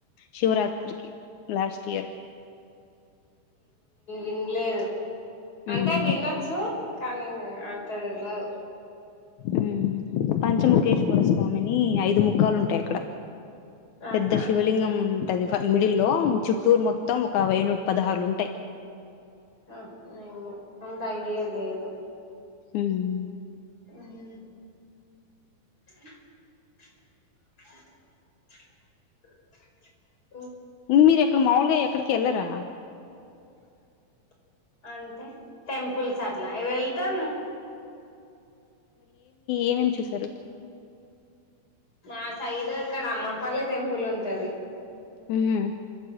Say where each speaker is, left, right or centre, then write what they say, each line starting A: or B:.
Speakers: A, on the left; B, on the left.
A: శివరాత్రికి లాస్ట్ ఇయర్
B: ఇన్ని లేదు
A: హ్మ్.
B: అంటే వినొచ్చు కానీ అంత తెల్వదు.
A: ఉమ్ పన్ చముఖేశ్వర స్వామిని ఐదు దుముఖాలు ఉంటాయి అక్కడ
B: ఆహా
A: పెద్ద శివలింగం ఉన్ అదే ఫ మిడిల్ లో చుట్ టూర్ మొత్తం ఒక వేయినుట పదహారులుంటాయి
B: ఆహ ఏమో అంత ఐడియా లేదు.
A: ఉమ్ఉమ్
B: అహా <inaudible>
A: మీరెక్డ మావులె క్కడికి ఏళ్ళరా
B: <inaudible> అంటె టెంపుల్స్ అ ల వెళ్తమ్
A: ఏమేమ్ చూశరు
B: నా సైడ్ క్కడ అమ్ పలె టెంపుల్ ఉంటది
A: ఉమ్